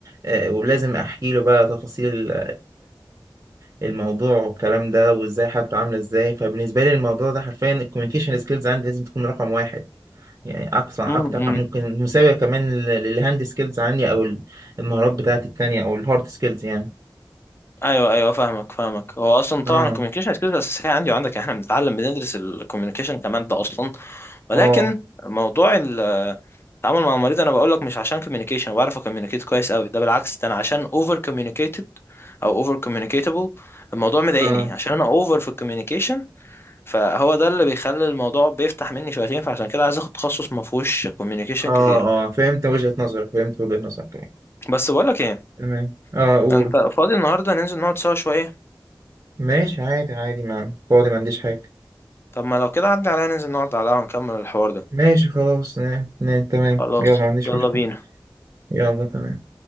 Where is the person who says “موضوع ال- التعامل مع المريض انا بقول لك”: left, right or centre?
Left